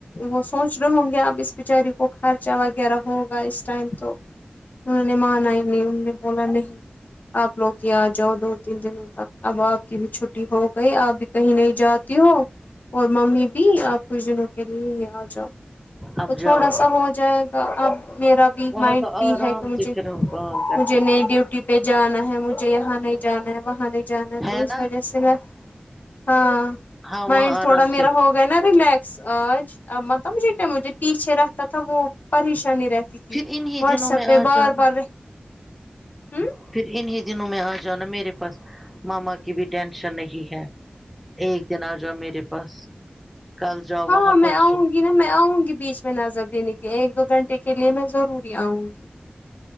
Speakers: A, on the left; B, in the centre.
A: وہ سوچ رہے ہوں گے اب اس بچاری کو خرچہ وغیرہ ہوگا اس ٹائم تو انہوں نے مانا ہی نہیں انہوں نے بولا نہیں آپ لوگ ہی آ جاؤ دو تین دنوں تک اب آپ کی بھی چھٹی ہوگئی آپ بھی کہیں نہیں جاتی ہو اور ممی بھی آپ کچھ دنوں کے لیے یہاں آ جاؤ
B: اب
A: تو
B: جاؤ
A: تھوڑا سا ہوجائے گا اب میرا بھی
B: وہاں
A: مائنڈ
B: تو
A: فری
B: آرام
A: ہے کہ مجھے
B: سے پھر ہم کام کر
A: مجھے
B: سکتے
A: نئی ڈیوٹی پہ جانا ہے مجھے یہاں نہیں جانا ہے وہاں نہیں جانا
B: ہے
A: تو اس
B: نا
A: وجہ سے میں ہاں
B: ہاں
A: مائنڈ
B: وہاں
A: تھوڑا
B: آرام
A: میرا
B: سے
A: ہو گیا ناں ریلیکس آج ا مطلب مجھے ٹھیک ہے تھی سیرپ تھا وہ پریشانی رہتی تھی
B: پھر انیں
A: واٹس
B: دنوں
A: ایپ
B: میں
A: پہ
B: آ
A: بار
B: جانا
A: بار رہ ہوں
B: پھر انیں دنوں میں آ جانا میرے پاس مما کی بھی ٹینشن نہیں ہے ایک دن آ جاؤ میرے پاس کل جاؤ
A: ہاں
B: وہاں
A: میں
B: پرسوں
A: آؤں گی نا میں آؤں گی بیچ میں نظر دینے کے لیے ایک دو گھنٹے کے لیے میں ضروری آؤں گی